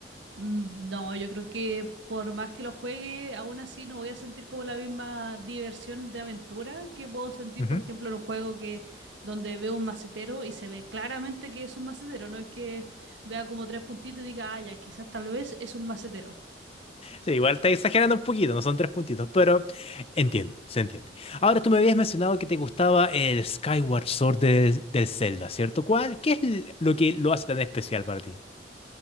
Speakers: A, on the right (about 85°); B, on the left (about 30°).
A: Mm, No, yo creo que por más que lo juegue, aún así no voy a sentir como la misma diversión de aventura que puedo sentir,
B: Ujú.
A: por ejemplo, en un juego que donde veo un macetero y se ve claramente que es un macetero, no es que vea como tres puntitos y diga, ah, ya, quizás tal vez es un macetero.
B: Sí, igual está exagerando un poquito, no son tres puntitos, pero entiendo, se entiende. Ahora tú me habías mencionado que te gustaba el Skyward Sword de- del Zelda, ¿cierto? ¿Cuál? ¿Qué es l- lo que lo hace tan especial para ti?